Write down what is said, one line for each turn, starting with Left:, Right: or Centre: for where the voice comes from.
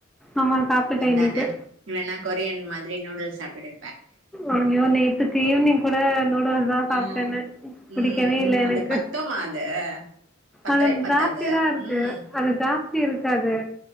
Centre: ஆமா சாப்ட்டுட்டே
Right: அந்தான
Centre: இன்னைக்கு
Right: வேணா கொரியன் மாதிரி நூடுல்ஸ் சாப்டுடு
Centre: ஐய்யோ நேத்துக்கு ஈவ்னிங் கூட நூ டுல்ஸ்தா சாப்டனு
Right: ஆ
Centre: புடிக்கவேல
Right: ம்
Centre: எனக்கு
Right: அது பத்துமா அது பத்தவே
Centre: அது
Right: பத்தாது
Centre: ஜாஸ்திதா இருக்கு
Right: ம்
Centre: அது ஜாஸ்தி இருக்காது